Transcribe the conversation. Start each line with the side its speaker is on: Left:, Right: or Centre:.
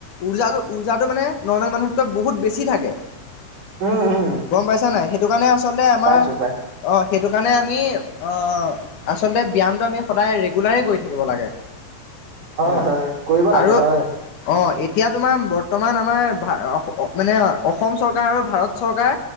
Left: উৰ্জা, উৰ্জাটো মানে নৰ্মেল মানুহতো বহুত বেছি। বেছি থাকে,
Right: উম, উম,
Left: গম পাইছো নে নাই, সেইটো কাৰণে আমাৰ
Right: পাইছো, পাইছো,
Left: অ, সেইটো আমি অ, আচলতে ব্যায়ামটো আমি সদায় ৰেগুলাৰ, কৰি থাকিব লাগে।
Right: হয়,
Left: অ,
Right: হয়, কৰিব লাগে
Left: আৰু
Right: হয়,
Left: অ, এতিয়া তোমাৰ বৰ্তমান আমাৰ ভা মানে অসম চৰকাৰ আৰু ভাৰত চৰকাৰ,